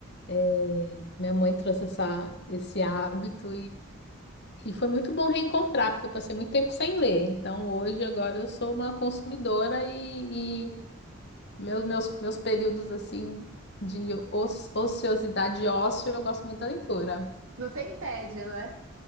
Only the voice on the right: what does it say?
Não tem tédio, né?